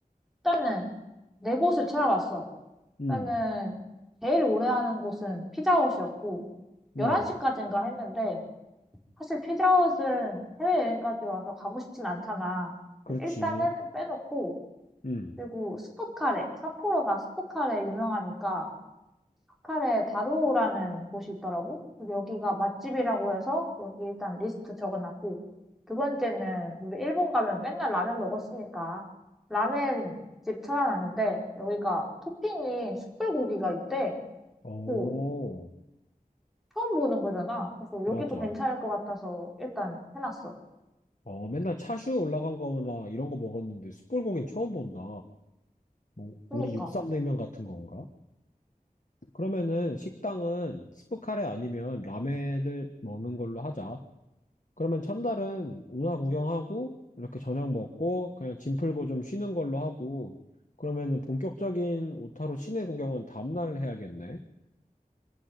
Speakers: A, in the centre; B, on the left.
A: 일단은 네 곳을 찾아봤어.
B: 음,
A: 일단은 제일 오래 하는 곳은 피자헛이었고
B: 음,
A: 11시까지인가 했는데 사실 피자헛은 해외여행까지 와서 가고 싶진 않잖아.
B: 그렇지.
A: 일단은 빼놓고
B: 음,
A: 그리고 스포카레, 삿포로가 스포카레 유명하니까 카에 다루오라는 곳이 있더라고. 그래서 여기가 맛집이라고 해서 여기 일단 리스트 적어놨고, 두 번째는 우리 일본 가면 맨날 라면 먹었으니까 라멘 집 찾아놨는데 여기가 토핑이 숯불고기가 있대.
B: 오,
A: 오, 처음 보는 거잖아. 그래서 여기도
B: 맞아.
A: 괜찮을 것 같아서 일단 해놨어.
B: 어, 맨날 차슈 올라간 거나 이런 거 먹었는데 숯불고기는 처음 본다. 뭐,
A: 그니까,
B: 우리 육삼냉면 같은 건가? 그러면은 식당은 스프카레 아니면 라멘을 먹는 걸로 하자. 그러면 첫날은 운하 구경하고 이렇게 저녁 먹고 그냥 짐 풀고 좀 쉬는 걸로 하고 그러면은 본격적인 오타루 시내 구경은 다음날 해야겠네.